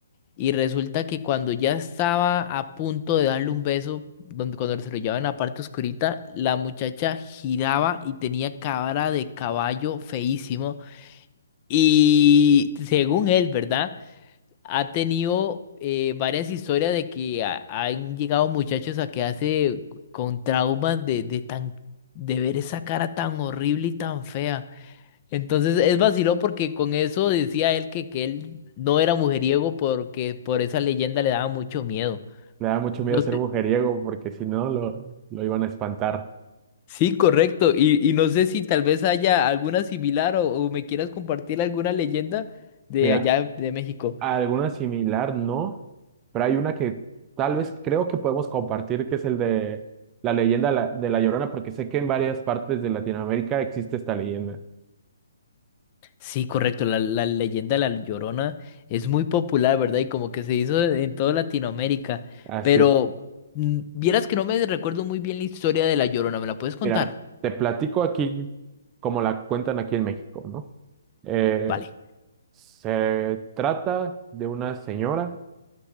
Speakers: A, on the left; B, on the right.
A: Y resulta que cuando ya estaba a punto de darle un beso, donde cuando se lo llevaba en la parte oscurita, la muchacha giraba y tenía cara de caballo feísimo. Y según él, ¿verdad? Ha tenido eh, varias historias de que ha- han llegado muchachos a quedarse con traumas de, de tan de ver esa cara tan horrible y tan fea. Entonces es vaciló porque con eso decía él que, que él no era mujeriego porque por esa leyenda le daba mucho miedo.
B: Le da mucho
A: No
B: miedo ser
A: sé-
B: mujeriego porque si no lo, lo iban a espantar.
A: Sí, correcto. Y, y no sé si tal vez haya alguna similar o, o me quieras compartir alguna leyenda de
B: Mira,
A: allá de México.
B: Alguna similar, no, pero hay una que tal vez creo que podemos compartir, que es el de la leyenda de la de La Llorona, porque sé que en varias partes de Latinoamérica existe esta leyenda.
A: Sí, correcto. La, la leyenda de la Llorona es muy popular, ¿verdad? Y como que se hizo en toda Latinoamérica.
B: Así
A: Pero
B: es.
A: mm, vieras que no me recuerdo muy bien la historia de la Llorona. ¿Me la puedes contar?
B: Mira, te platico aquí como la cuentan aquí en México, ¿no? Eh,
A: Vale.
B: se trata de una señora